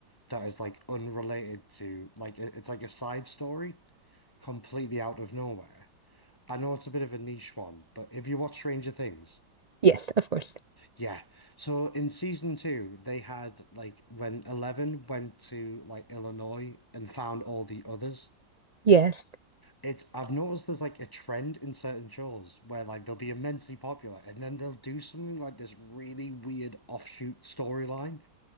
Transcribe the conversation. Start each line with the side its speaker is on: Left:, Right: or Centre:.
Left: that is like unrelated to like it- it's like a side story completely out of nowhere. I know it's a bit of a niche one, but if you watch Stranger Things,
Right: yes, of course.
Left: yeah. So in season two, they had like when Eleven went to like Illinois and found all the others.
Right: Yes.
Left: It's I've noticed there's like a trend in certain shows where like they'll be immensely popular and then they'll do something like this really weird offshoot storyline